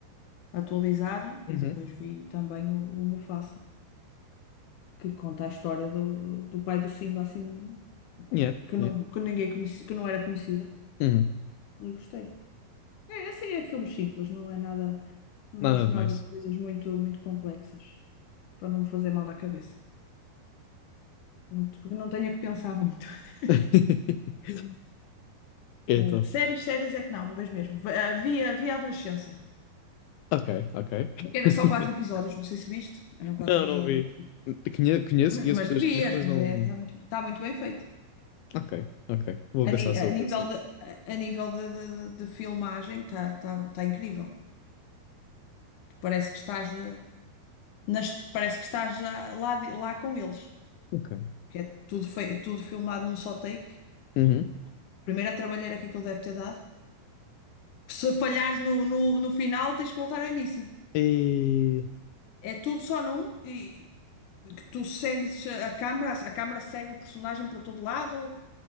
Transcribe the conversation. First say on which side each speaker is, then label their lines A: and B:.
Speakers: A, on the left; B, on the left.
A: atualizada,
B: uhum,
A: e depois vi também o, o Mufasa, que conta a história do, do pai do Simba, assim,
B: yeah,
A: que,
B: yeah,
A: não, que ninguém conhecia, que não era conhecida.
B: uhum.
A: E gostei. É, assim, é filmes simples, não é nada. Não
B: Nada
A: gosto
B: de
A: nada
B: mais.
A: de coisas muito, muito complexas, para não me fazer mal à cabeça. Não, porque não tenha que pensar muito. <laughs>
B: <laughs> É
A: Eh,
B: top.
A: séries, séries é que não, não vejo mesmo. Ve- Havia, havia adolescência,
B: Ok, ok.
A: que era
B: <laughs>
A: só quatro episódios, não sei se viste. Eram quatro
B: Não,
A: episódios,
B: não vi.
A: viste?
B: Conhe- Conheço,
A: Mas
B: conheço
A: mas
B: pessoas
A: devias,
B: que viram, mas
A: mas
B: não.
A: é, está muito, está muito bem feito.
B: Ok, ok. Vou
A: A,
B: pensar
A: ni-
B: sobre
A: a nível
B: isso
A: de, a a nível de, de, de- de filmagem está tá, tá tá incrível. Parece que estás, eh, nas, parece que estás lá, lá, de- lá com eles.
B: Ok.
A: Porque é tudo, fei- tudo filmado num só take.
B: Uhum.
A: Primeiro a trabalheira que aquilo deve ter dado. Se falhares no, no, no final, tens que voltar ao início.
B: E.
A: É tudo só num e que tu segues a câmara, a câmara segue o personagem para todo lado.